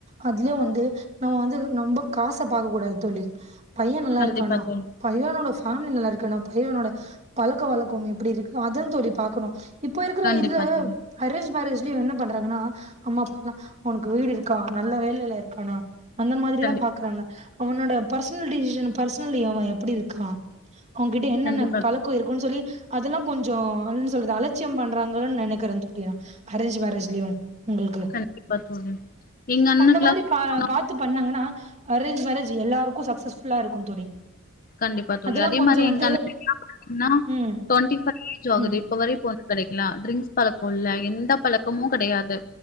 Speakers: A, on the right; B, on the left.
A: அதுலயே வந்து நம்ம வந்து ரொம்ப காச பாக்க கூடாது தோழி பையன் நல்லா
B: கண்டிப்பா
A: இருக்கானா
B: தோழி
A: பையனோட ஃபேமிலி நல்லா இருக்கானா பையனோட பழக்க வழக் கோ எப்டி இருக்கு அதா தோழி பார்க்கணு இப்போ இருக்கிற
B: கண்டிப்பா
A: இதுல
B: தோழி
A: அரேஞ் மேரஜ்லயு என்ன பண்றாங்கன்னா அம்மா அதா உனக்கு வீடு இருக்கா நல்ல வேலைலருக்கானா அந்த மாதிரிதா
B: கண்டிப்பா
A: பாக்குறாங்க அவனோட பர்சனல் டிசிஷன் பர்சனலி அவன் எப்டிருக்கான் அவன்கிட்ட என்னன்ன
B: கண்டிப்பா
A: பழக்கோ
B: தோழி
A: இருக்குனு சொல்லி அதெல்லா கொஞ்சோ அனு சொல்லறது அலட்சியம் பண்றாங்கன்னு நெனைக்கிறே தோழி அரேஞ்ச் மேரேஜ்லயு உங்களுக்கு
B: கண்டிப்பா தோழி எங்க அண்ணனுக்குலா
A: அந்த மாதிரி பா
B: போனா
A: பா த்து பண்ணாங்கன்னா அரேஞ்ச் மேரேஜ் எல்லாருக்கு சக்சஸ்ஃபுல்லா இருக்கும் தோழி
B: கண்டிப்பா தோழி
A: அதெல்லா
B: அதே
A: கொஞ்சோ
B: மாதிரி
A: வந்து
B: எங்கனா <inaudible> ங்னா
A: ம்
B: டொண்டி <unintelligible> ஏஜ் ஆகுது
A: ம்
B: இப்ப வரை பொண்ணு கெடைக்கல ட்ரிங்க்ஸ் பழக்கோ இல்ல எந்த பழக்கமு கெடையாது